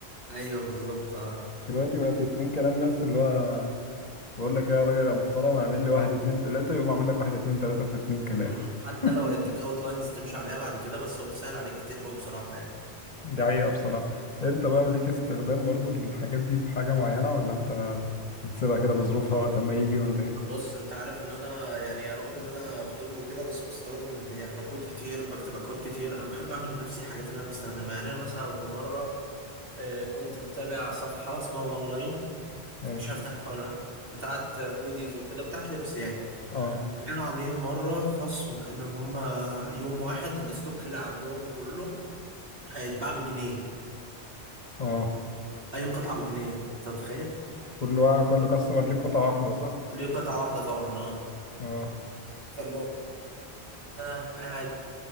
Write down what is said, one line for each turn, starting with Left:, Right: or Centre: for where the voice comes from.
Right: ايوه بالظبط اه
Left: دلوقتي بقى في اتنين كلام بس اللي هو بقول لك إيه يا راجل يا محترم اعمل لي واحد اتنين تلاتة يقوم اعمل لك واحد اتنين تلاتة في اتنين كلام
Right: م. حتى
Left: <laughs>
Right: لو هيديك اوت لاينز تمشي عليها بعد كده بس هو بيسهل عليك كتير قوي بصراحة يعني
Left: دي حقيقة بصراحة انت بقى ليك استخدام برضو للحاجات دي في حاجة معينة ولا انت بتسيبها كده بظروفها وقت ما يجي ولا ايه
Right: بص انت عارف ان انا يعني رغم ان انا في طب وكده بس بستخدم ال- يعني بكود كتير بكتب اكواد كتير انا بحب اعمل لنفسي الحاجات اللي انا بستخدمها يعني انا مثلا في مره آه، كنت متابع صفحه اسمها اونلاين
Left: ماشي
Right: مش عارف تعرفها ولا لا بتاعت هوديز وكده بتاعت لبس يعني
Left: اه
Right: كانوا عاملين مره خصم ان هم يوم واحد الستوك اللي عندهم كله هيتباع بجنيه
Left: اه
Right: اي قطعه بجنيه انت متخيل
Left: كل واحد كل كاستمر ليه قطعة واحدة صح
Right: ليه قطعه واحده طبعا اه
Left: اه
Right: فالموضوع ده قاعد